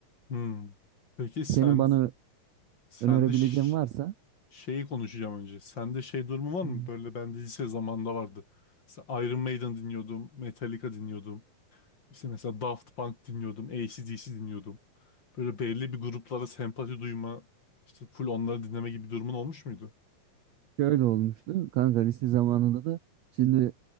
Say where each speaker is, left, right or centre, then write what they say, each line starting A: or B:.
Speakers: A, on the left (about 35°); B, on the right (about 70°).
A: Hmm. Peki sen
B: Senin bana
A: sende
B: önerebileceğin
A: ş-
B: varsa
A: şeyi konuşacağım önce. Sende şey durumu var
B: hmm,
A: mı? Böyle ben de lise zamanında vardı. Mesela Iron Maiden dinliyordum, Metallica dinliyordum. İşte mesela Daft Punk dinliyordum, AC/DC dinliyordum. Böyle belli bir gruplara sempati duyma, işte full onları dinleme gibi durumun olmuş muydu?
B: şöyle olmuştu. Kanka lise zamanında da şimdi